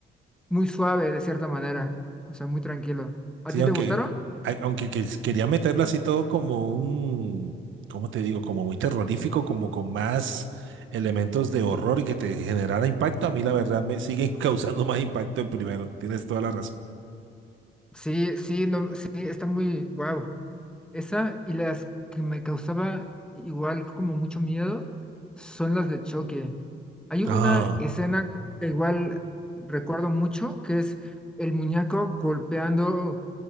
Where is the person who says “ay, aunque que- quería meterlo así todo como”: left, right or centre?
Right